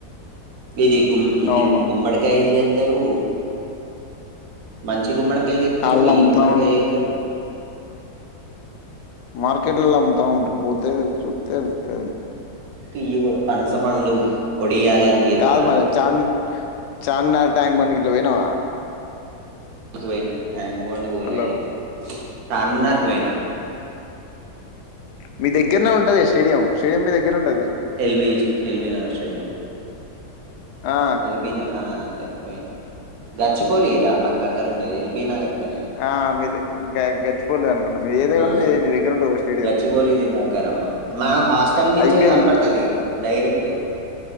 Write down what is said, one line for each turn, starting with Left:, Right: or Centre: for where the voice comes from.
Right: ఇది గుమ్ ఇది
Left: అవును
Right: గుమ్మడికాయ జేత్తరు మంచిగు గుమ్మడి కా ఎతారు
Left: ఆళ్ళు
Right: ఈ
Left: అమ్ముతా
Right: గుమ్మడికాయతారు
Left: మార్కెట్లలా తాగుంట పోతేతతే
Right: ఈ కూడా పనస పండు ఒడియాలి అని చేత్తరట
Left: కా మరి చా చానా ట్యాంగ్ పంట్లో పోనా
Right: ఎకువనా హాంగ్ బో పోలే
Left: హలో
Right: ఎడ చార్మినార్కు పోయినా
Left: మీ దగ్గరనే ఉంటది స్టేడియం స్టేడియం మీ దగ్గర ఉంటది
Right: ఎల్ వి ఎల్ వి నగర్ స్టేడియంమ్
Left: ఆ
Right: ఎల్ బిన పోయినా గచ్చిపోలిరా మాకు దగ్గర ఉండేది ఎల్బి నగర్ పోయినా
Left: ఆ మీ గచిపోలేదు అనుకుంటే మీరు ఏదే
Right: ఆ
Left: కానీ మీ మీ దగ్గర ఉంటే వ ట
Right: గచ్చిబౌలిది దగ్గర మా మా హాస్టల్ మించెల్లి
Left: ఐపీఎల్
Right: కనపడతది డైరెక్ట్